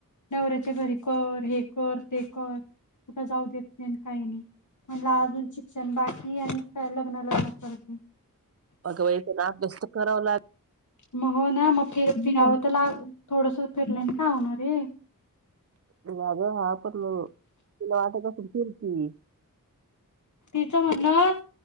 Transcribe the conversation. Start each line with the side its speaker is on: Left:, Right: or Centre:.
Left: नवऱ्याच्या घरी कर, हे कर.. ते कर कुठं जाऊ देत नाही न काही नाही म्हणलं अजून शिक्षण बाकी आणि काय लग्न लग्न करती.
Right: अगबाई पण अभ्यास तर करावं लाग
Left: मग हो ना मग फिर फिरावं तर लाग थोडस फिरलंने का होणारेय.
Right: <unintelligible> पण तिला वाटत असल फिरती.
Left: तिच म्हणण